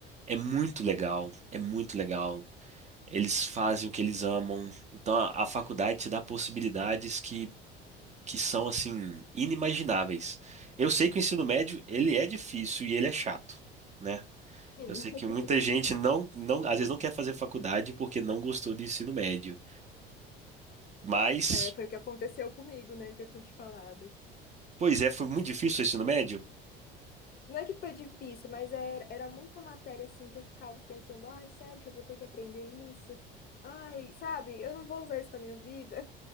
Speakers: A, on the right; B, on the left.
A: é muito legal, é muito legal. Eles fazem o que eles amam. Então a, a faculdade te dá possibilidades que que são assim inimagináveis. Eu sei que o ensino médio ele é difícil e ele é chato, né?
B: <laughs>
A: Eu sei que muita gente não, não, às vezes não quer fazer faculdade porque não gostou do ensino médio. Mas,
B: É, foi o que aconteceu comigo, né, que eu tinha te falado.
A: pois é, foi muito difícil o ensino médio.
B: Não é que foi difícil, mas era, era muita matéria, assim, que eu ficava pensando, ai, sério que eu vou ter que aprender isso? Ai, sabe, eu não vou usar isso na minha vida.